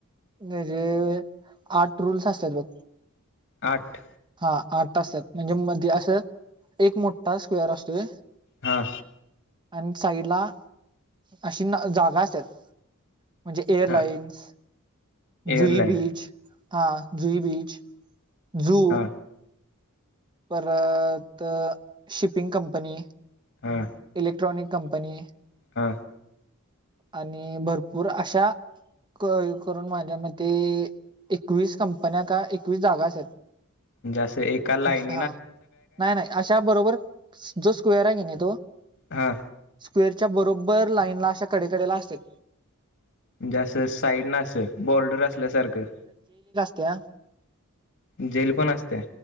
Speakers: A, on the right; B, on the left.
A: म्हे आठ रूल्स असतात बघ
B: आठ
A: हा आठ त असतात म्हणजे मध्ये असं एक मोठा स्क्वेअर असतोय
B: हा
A: आणि साईडला अशी जागा असतात म्हणजे एअरलाइन्स
B: हा एअरलाईन
A: जुई बीच हा जुईबीज जू
B: हा
A: परत शिपिंग कंपनी
B: हा
A: इलेक्ट्रॉनिक कंपनी
B: हा
A: आणि भरपूर अशा क करून माझ्या म एकवीस कंपन्या का एकवीस जागा आहेत
B: जस एका लाईन
A: हा नाही नाही अशा बरोबर जो स्क्वेर आहे की नाही तो
B: हा
A: स्क्वेअरच्या बरोबर लाईनला अशा कडेकडेला असतेत
B: जा अस साईडन अस बॉर्डर असल्यासारखं
A: त्या
B: जेल पण असते